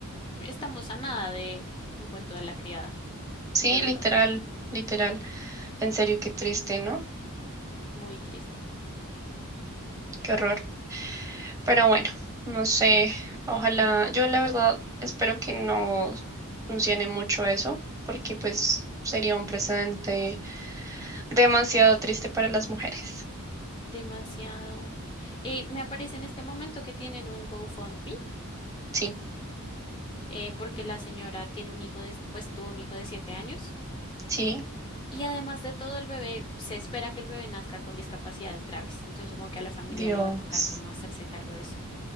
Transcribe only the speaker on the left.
Estamos a nada de un cuento de la criada,
de verdad,
muy triste.
Demasiado. Eh, me aparece en este momento que tienen un GoFundMe,
eh, porque la señora tiene un hijo de, pues tuvo un hijo de siete años
Y además de todo, el bebé, se espera que el bebé nazca con discapacidades graves. Entonces, supongo que a la familia
le va a tocar cómo hacerse cargo de eso.